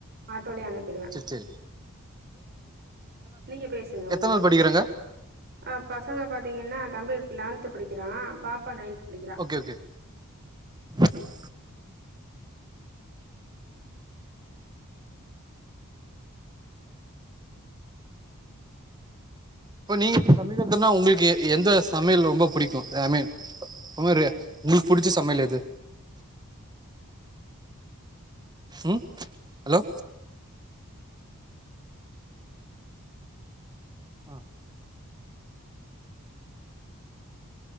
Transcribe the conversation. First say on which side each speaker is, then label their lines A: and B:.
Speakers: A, on the right; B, on the right.
A: ஆட்டோலே அனுப்பிடுவே
B: இச்சரி
A: நீங்க பேசுங்க ஒரு
B: எத்தனாவது
A: நிம்ஷோ
B: படிக்கிறாங்க
A: அ பசங்க பாத்தீங்கின்னா தம்பி லெவன்த்து படிக்கிறா பாப்பா நைன்த் படிக்கிறா
B: ஓகே ஓகே ஓகே மேம் இப்ப நீங்க சமைக்கிறதுன்னா உங்கள்க்கு எ எந்த சமையல் ரொம்ப பிடிக்கும் ஐ மீன் பாரு உங்குள்க்கு புடிச்ச சமையலெது ம் ஹலோ ஆ